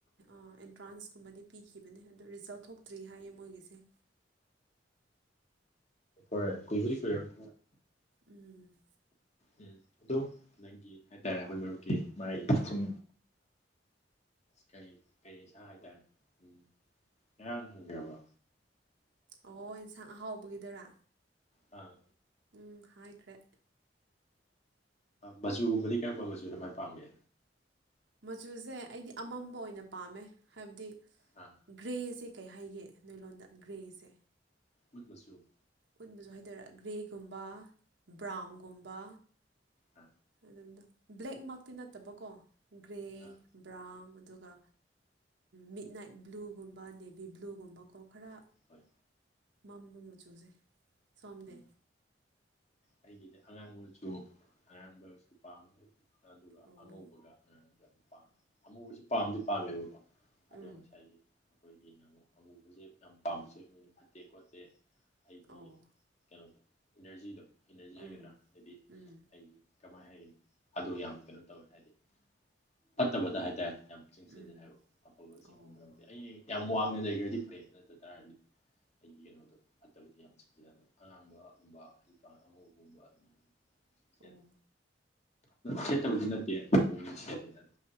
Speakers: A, on the right; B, on the left.
A: ꯑꯦꯟꯇ꯭ꯔꯥꯟꯁꯀꯨꯝꯕꯗꯤ ꯄꯤꯈꯤꯕꯅꯦ ꯑꯗꯣ ꯔꯤꯖꯜ ꯊꯣꯛ ꯇ꯭ꯔꯤ ꯍꯥꯏꯌꯦ ꯃꯣꯏꯒꯤꯁꯦ
B: ꯑꯣ ꯀꯨꯏꯕꯨꯗꯤ ꯀꯨꯏꯔꯔꯣꯏ
A: ꯎꯝ
B: ꯎꯝ ꯑꯗꯣ ꯅꯪꯒꯤ ꯍꯥꯏꯇꯥꯔꯦ ꯑꯩꯈꯣꯏ ꯃꯔꯨꯞꯀꯤ ꯃꯥꯏ ꯁꯨꯝ ꯀꯔꯤ ꯀꯔꯤꯁꯥꯡ ꯍꯥꯏꯇꯥꯔꯦ ꯎꯝ ꯉꯔꯥꯡ ꯍꯪꯕꯤꯔꯕ
A: ꯑꯣ ꯏꯟꯁꯥꯡ ꯑꯍꯥꯎꯕꯒꯤꯗꯨꯔꯥ
B: ꯑꯥ
A: ꯎꯝ ꯍꯥꯏꯈ꯭ꯔꯦ
B: ꯃꯆꯨꯒꯨꯝꯕꯗꯤ ꯀꯔꯝꯕ ꯃꯆꯨꯅꯣ ꯈ꯭ꯋꯥꯏ ꯄꯥꯝꯒꯦ
A: ꯃꯆꯨꯁꯦ ꯑꯩꯗꯤ ꯑꯃꯝꯕ ꯑꯣꯏꯅ ꯄꯥꯝꯃꯦ ꯍꯥꯏꯕꯗꯤ
B: ꯑ
A: ꯒ꯭ꯔꯦꯁꯦ ꯀꯩ ꯍꯥꯏꯒꯦ ꯅꯣꯏꯂꯣꯟꯣꯟꯗ ꯒ꯭ꯔꯦꯁꯦ
B: ꯎꯠ ꯃꯆꯨ
A: ꯎꯠ ꯃꯆꯨ ꯍꯥꯏꯗꯣꯏꯔ ꯒ꯭ꯔꯦꯒꯨꯝꯕ ꯕ꯭ꯔꯥꯎꯟꯒꯨꯝꯕ
B: ꯑ
A: ꯑꯗꯣꯝꯗ ꯕ꯭ꯂꯦꯛ ꯃꯛꯇꯤ ꯅꯠꯇꯕꯀꯣ ꯒ꯭ꯔꯦ
B: ꯑꯥ
A: ꯕ꯭ꯔꯥꯎꯟ ꯑꯗꯨꯒ ꯃꯤꯠ ꯅꯥꯏꯠ ꯕ꯭ꯂꯨꯒꯨꯝꯕ ꯅꯦꯕꯤ ꯕ꯭ꯂꯨꯒꯨꯝꯕꯀꯣ ꯈꯔ
B: ꯍꯣꯏ
A: ꯃꯝꯕ ꯃꯆꯨꯁꯦ ꯁꯣꯝꯗꯤ
B: ꯎꯝ ꯑꯩꯒꯤꯗꯤ ꯑꯉꯥꯡ ꯃꯆꯨ ꯑꯔꯥꯡꯕꯁꯨ ꯄꯥꯝꯃꯦ ꯑꯗꯨ ꯑꯗꯨꯒ
A: ꯑꯣ
B: ꯑꯉꯧꯕꯒ ꯑꯉꯥꯡꯕꯒ ꯄꯥꯝꯃꯦ ꯑꯃꯨꯕꯁꯤ ꯄꯥꯝꯗꯤ ꯄꯥꯝꯃꯦꯕꯀꯣ ꯑꯗꯣ
A: ꯎꯝ
B: ꯉꯁꯥꯏꯒꯤ ꯑꯩꯈꯣꯏꯒꯤꯅ ꯑꯃꯨꯛ ꯑꯃꯨꯕꯁꯦ ꯌꯥꯝ ꯄꯥꯝꯕꯁꯨ ꯑꯣꯏꯕꯅꯤꯅ ꯐꯠꯇꯦ ꯈꯣꯠꯇꯦ ꯍꯥꯏꯗꯤ
A: ꯑꯣ
B: ꯀꯩꯅꯣꯗꯣ ꯏꯅꯔꯖꯤꯗꯣ ꯏꯅꯔꯖꯤ ꯍꯥꯏꯒꯗ꯭ꯔꯥ
A: ꯎꯝ
B: ꯍꯥꯏꯗꯤ
A: ꯎꯝ
B: ꯑꯩꯒꯤ ꯀꯃꯥꯏꯅ ꯍꯥꯏꯒꯅꯤ ꯑꯗꯨ ꯌꯥꯝ ꯀꯩꯅꯣ ꯇꯧꯋꯦ ꯍꯥꯏꯗꯤ ꯐꯠꯇꯕꯗ ꯍꯥꯏꯇꯥꯔꯦ ꯌꯥꯝ ꯆꯤꯡꯁꯤꯜꯂꯦ
A: ꯎꯝ
B: ꯍꯥꯏꯕ ꯑꯐꯕ
A: ꯑꯣ
B: ꯆꯤꯡꯁꯤꯟꯕ ꯅꯠꯇꯦ ꯑꯩꯩꯗꯤ ꯌꯥꯝ ꯋꯥꯡꯅ ꯂꯩꯈ꯭ꯔꯗꯤ ꯐꯩ ꯅꯠꯇ ꯇꯥꯔꯗꯤ ꯑꯩꯒꯤ ꯀꯩꯅꯣꯗꯣ ꯐꯠꯇꯕꯗꯤ ꯌꯥꯝ ꯆꯤꯡꯁꯤꯂꯦ ꯑꯗ ꯑꯉꯥꯡꯕꯒꯨꯝꯕ ꯍꯩ ꯑꯉꯧꯕꯒꯨꯝꯕ ꯑꯗꯨꯃꯥꯏꯅ ꯁꯦꯠꯂꯦ
A: ꯑꯣ
B: ꯁꯦꯠꯇꯕꯗꯤ ꯅꯠꯇꯦ ꯑꯃꯨꯗꯤ ꯁꯦꯠꯂꯤ ꯑꯗꯣ